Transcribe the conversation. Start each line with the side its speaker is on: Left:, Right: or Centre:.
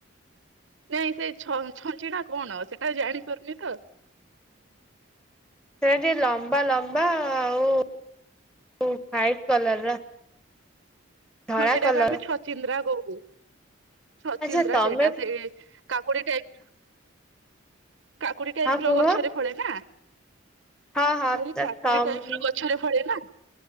Right: ନାଇଁ ସେଇ ଛଞ୍ଚିନା ଛଞ୍ଚିନା କଣ ସେଟା ଜାଣିପାରୁନି ତ।
Centre: ସେଟା ଟିକେ ଲମ୍ବା ଲମ୍ବା ଆଉ ହାଇଟ କଲର ର। ଧଳା
Right: ହଁ ସେଇଟାକୁ
Centre: କଲର
Right: ଆମେ ଛଚିନ୍ଦ୍ରା କୋହୁ ଛଚିନ୍ଦ୍ରା
Centre: ଆଚ୍ଛା ତମେ
Right: ସେଇଟା ସେ କାକୁଡି ଟାଇପ କାକୁଡି ଟାଇପ
Centre: ହଁ କୁହ
Right: ର ଗଛରେ ଫଳେ ନା
Centre: ହଁ
Right: ମୁ
Centre: ହଁ
Right: କହିଲି
Centre: ତ
Right: କାକୁଡି
Centre: ତମ
Right: ଟାଇପ ର ଗଛରେ ଫଳେଇ ନା